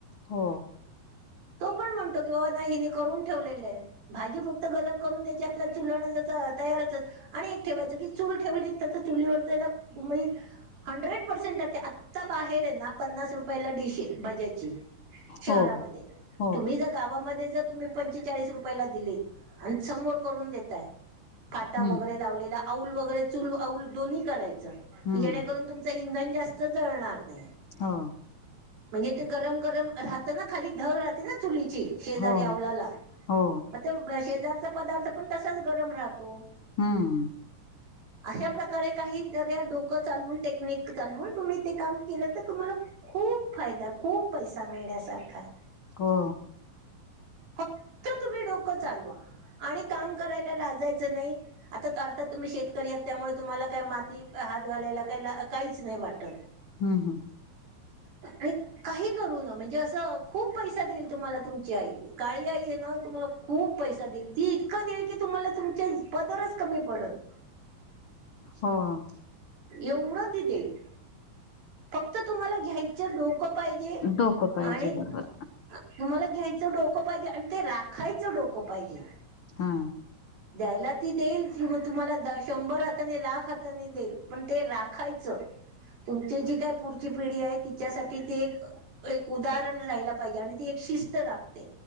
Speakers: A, on the left; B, on the right.
A: हो.
B: तो पण म्हणतो की <unintelligible> हिनी करून ठेवलेलं आहे भाजी फक्त गरम करून देते आपल्याला चुलण तर तयारच आणि एक ठेवायचं की चूल ठेवली तर, तर चुलीवरच आहे ना मजी हंड्रेड पर्सेंट ते आत्ता बाहेर आहे ना पन्नास रुपयाला डिश आहे भज्याची शहरामध्ये
A: हो हो
B: तुम्ही जर गावामध्ये जर तुम्ही पंचेचाळीस रुपयाला दिली आणि समोर करून देताय काटा
A: हम्म
B: वगैरे लावलेला अऊल वगैरे चूल अऊल दोन्ही करायचं
A: हम्म
B: जेणे करून तुम च इंधन जास्त जळणार नाही
A: हा
B: येथे गरम, गरम राहत ना खाली धग राहते ना चुलीची शेजारी
A: हो
B: अवलाला
A: हो
B: मग ते शेजारचा पदार्थ पण तसाच गरम राहतो
A: हम्म
B: अशा प्रकारे काही जरा डोकं चालवून टेक्निक चालवून तुम्ही ते काम केलं तर तुम्हाला खूप फायदा खूप पैसा मिळण्यासारखा आहे
A: हो
B: फक्त तुम्ही डोकं चालवा आणि काम करायला लाजायचं नाही आता अर्थात तुम्ही शेतकरी असल्यामुळे तुम्हाला काय माती हात घालायला काय ला काहीच नाही वाटत
A: हम, हम
B: आणि काही करू ना म्हणजे असं खूप पैसा देईल तुम्हाला तुमची आई काळी आई येना तुम्हाला खूप पैसा देईल ती इतकं देईल की तुम्हाला तुमच्या पदरच कमी पडल
A: ह
B: एवढं ती देईल फक्त तुम्हाला घ्यायचं डोकं पाहिजे
A: डोकं पाहिजे
B: आणि
A: बरोबर
B: तुम्हाला घ्यायचं डोकं पाहिजे आणि ते राखायचं डोकं पाहिजे
A: हा
B: द्यायला ती देईल क तुम्हाला द शंभरात <unintelligible> लाख हातानी देईल पण ते राखायचं ती जी काय पुढची पिढी आहे तिच्यासाठी ते एक ते एक उदाहरण राहायला पाहिजे आणि ती एक शिस्त रात